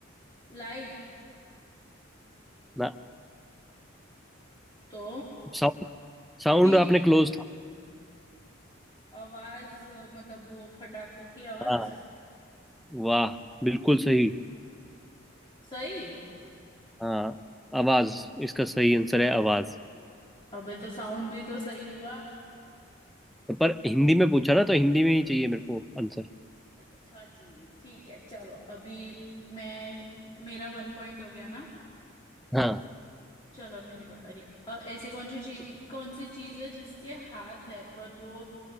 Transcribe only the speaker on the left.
लाइट
तो
हिंट
आवाज अ, मतलब वो फटाकों की आवाज
सही
अबे तो साउंड भी तो सही हुआ
अच्छा जी ठीक है चलो अभी मैं मेरा वन पॉइंट हो गया ना
चलो अब मेरी बारी अ, ऐसी कौन सी चीज कौन सी चीज है जिसके हाथ है पर वो